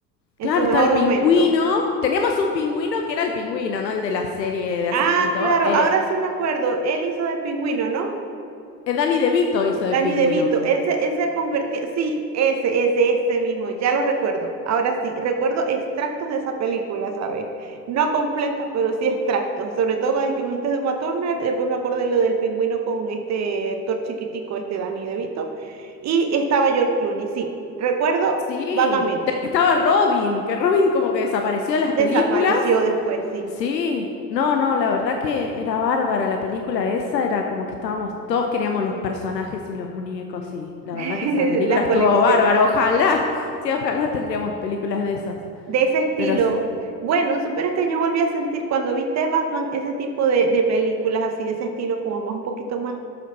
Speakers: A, on the right; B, on the left.
A: en
B: Claro,
A: su
B: está
A: mejor
B: el
A: momento.
B: pingüino. Teníamos un pingüino que era el pingüino, ¿no? El de la serie de hace
A: Ah,
B: poquito.
A: claro,
B: Eh,
A: ahora sí me acuerdo, él hizo de pingüino, ¿no?
B: eh, Danny DeVito hizo de
A: Danny
B: pingüino.
A: DeVito, él se, él se ha sí, ese, ese, ese mismo, ya lo recuerdo. Ahora sí, recuerdo extractos de esa película, ¿sabes? No completa, pero sí extractos. Sobre todo desde que me dijiste de Uma Turner, después me acordé lo del pingüino con este actor chiquitico, este Danny DeVito. Y estaba George Clooney, sí, recuerdo
B: Sí,
A: vagamente.
B: de ahí estaba Robin, que Robin como que desapareció de las
A: Desapareció
B: películas.
A: después, sí,
B: Sí, no, no, la verdad que era bárbara la película esa, era como que estábamos, todos queríamos los personajes y los muñecos y la
A: <laughs>
B: verdad que esa película
A: la
B: estuvo
A: colección.
B: bárbara, ojalá, <laughs> sí, ojalá tendríamos películas de esas,
A: de ese estilo.
B: pero sí,
A: Bueno, supieras que yo volví a sentir cuando vi The Batman ese tipo de, de películas así, de ese estilo, como más un poquito más,